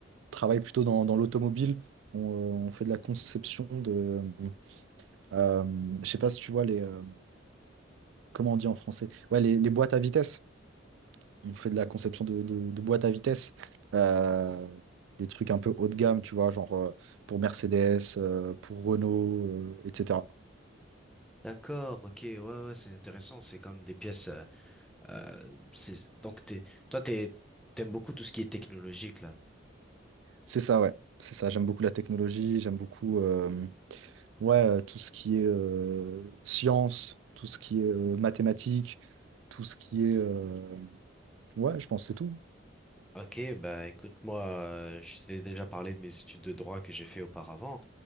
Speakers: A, on the right (about 75°); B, in the centre.
A: travaille plutôt dans, dans l'automobile, on, euh, on fait de la conception de, euh, je sais pas si tu vois les, euh, comment on dit en français, ouais, les, les boîtes à vitesse on fait de la conception de, de, de boîtes à vitesse, euh, des trucs un peu haut de gamme, tu vois, genre euh, pour Mercedes, euh, pour Renault, euh, etc.
B: D'accord, ok, ouais, ouais, c'est intéressant. C'est comme des pièces. euh, euh, c'est donc t'es, toi, t'es, t'aimes beaucoup tout ce qui est technologique là.
A: C'est ça, ouais, c'est ça. J'aime beaucoup la technologie, j'aime beaucoup euh, ouais, euh, tout ce qui est euh, science, tout ce qui est euh, mathématiques, tout ce qui est... euh, Ouais, je pense que c'est tout.
B: Ok, bah écoute, moi, euh, je t'ai déjà parlé de mes études de droit que j'ai fait auparavant.